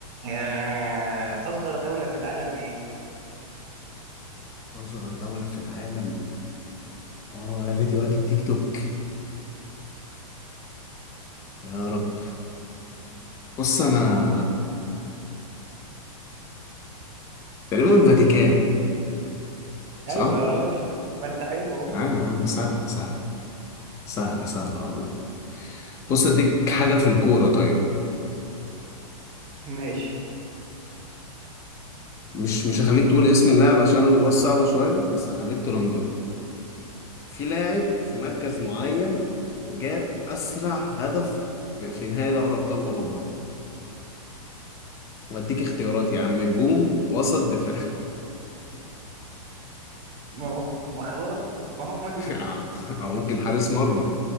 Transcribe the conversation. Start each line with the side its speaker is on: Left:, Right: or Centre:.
Right: آه... أصغر دولة في العالم إيه؟
Left: أصغر دولة في العالم آه يا فيديوهات التيك توك يا رب بص أنا تقريبا الفاتيكان صح؟
Right: أيوة يا راجل ما أنت حلو أهو
Left: ايوه يا عم سهلة سهلة سهلة سهلة والله بص اديك حاجة في الكورة طيب
Right: ماشي
Left: مش مش هخليك تقول اسم اللاعب عشان ما تبقاش صعبة شوية بس هخليك ترندمه في لاعب في مركز معين جاب أسرع هدف في, في نهائي دوري أبطال أوروبا واديك اختيارات يا عم هجوم وسط دفاع <laughs>
Right: ما هو ما خلاص ما هم دول
Left: أو أو ممكن حارس مرمى